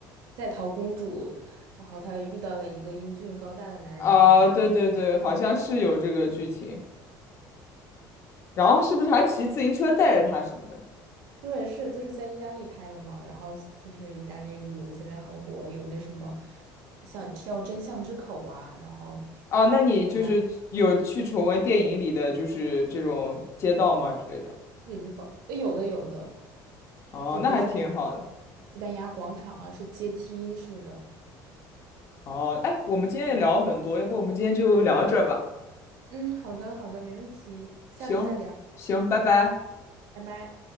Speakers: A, on the right (about 80°); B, on the left (about 35°).
A: 在逃公主，然后她遇到了一个英俊高大的男人，
B: 啊、
A: 然后带。
B: 对对对，好像是有这个剧情。然后是不是还骑自行车带着他什么的？
A: 对，是就是在意大利拍的嘛，然后就是意大利旅游现在很火，有那什么像叫真相之口啊，然后
B: 啊，那你就是有去重温电影里的就是这种街道吗之类的？
A: 在那里之口，呃有的有的，
B: 哦，
A: 就比如说
B: 那还挺好的。
A: 西班牙广场啊，是阶梯式的。
B: 哦，哎，我们今天也聊了很多，要不我们今天就聊到这儿吧？
A: 嗯，好的好的，没问题，下次再聊，
B: 行，行，拜拜。
A: 拜拜。